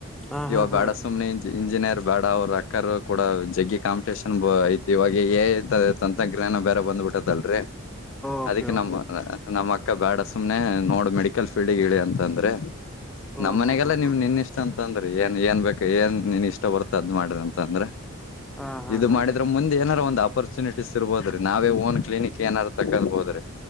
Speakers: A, in the centre; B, on the left.
A: ಹಾ
B: ಇವ
A: ಹಾ ಹಾ
B: ಬಡ ಸುಮ್ನೆ ಇಂಜಿನಿಯರ್ ಬೇಡ ಅವರು ಅಕ್ಕರು ಕೂಡ ಜಗ್ಗಿ ಕಾಂಪಿಟೇಷನ್ ಐು ಇವಾಗ ಂತ್ರ ನಂಗೆ ಬೇರೆ ಬಂದು ಬಿದ್ದಾಡೆ ರಿ
A: ಓಕೆ
B: ಅದಕ್ಕೆ
A: ಓಕೆ
B: ನಮ್ಮ ನಮ್ಮ ಅಕ್ಕ ಬೇಡ ಸುಮ್ನೆ ನೋಡು ಮೆಡಿಕಲ್ ಫೀಲ್ಡ್ ಹೇಳಿ ಅಂತಂದ್ರೆ
A: ಓ
B: ನಮ್ಮ್ನೆಗೆಲ್ಲಾ
A: ಹೋ ಹೋ
B: ನಿಮ್
A: ಹೋ
B: ನಿನ್ ಇಷ್ಟ ಅಂತ ಅಂದ್ರೆ ಏನ್ ಏನ್ ಬೇಕು ಏನ್ ನೀನ್ ಇಷ್ಟ ಬರುತ್ತ ಅದ್ ಮಾಡದಂತ ಅಂದ್ರೆ
A: ಹಾ ಹಾ
B: ಇದು
A: ಹಾ
B: ಮಾಡಿದ್ರೆ ಮುಂದೆ ಏನಾರು ಒಂದು ಅಪರ್ಚುನಿಟೀಸ್ ಇರ್ಬೋದ್ರೀ ನಾವೇ ಓನ್ ಕ್ಲಿನಿಕ್ ಏನಾರ ತಕ್ಕೊಂಡ ಹೋದ್ರೆ